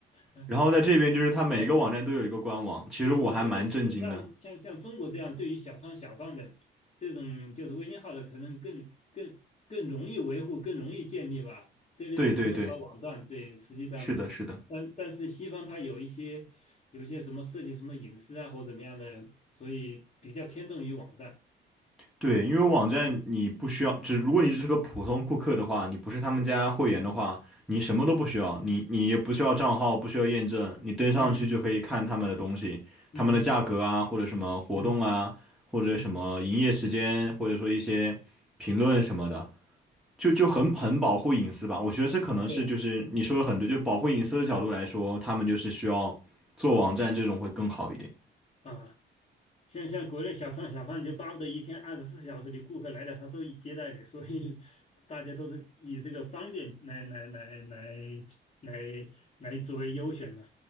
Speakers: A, on the left; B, in the centre.
A: <laughs>
B: 然后在这边就是它每个网站都有一个官网，
A: 其实，呃
B: 其实我还蛮震惊的。
A: 对，我觉得其实像像像中国这样，对于小商小贩的这种就是微信号的，可能更更更容易维护，更容易建立吧。这边什么都搞网站，
B: 对对对，
A: 对，实际上，
B: 是的，是的。
A: 但但是西方它有一些有一些什么涉及什么隐私啊或怎么样的，所以比较偏重于网站。
B: 对，因为网站你不需要，只如果你只是个普通顾客的话，你不是他们家会员的话，你什么都不需要，你你也不需要账号，不需要验证，你登上去就可以看他们的东西，
A: 嗯
B: 他们的价格啊，
A: 嗯嗯
B: 或者什么活动啊，
A: 嗯
B: 或者什么营业时间，
A: 嗯，
B: 或者说一些评论什么的，就就很很保护隐私吧。我觉得这可能是就是你说的很对，
A: 对
B: 就保护隐私的角度来说，他们就是需要做网站这种会更好一点。
A: 啊。像像国内小商小贩就巴不得一天二十四小时你顾客来了他都接待你，所以 <laughs> 大家都是以这个方便来来来来来来作为优选嘛，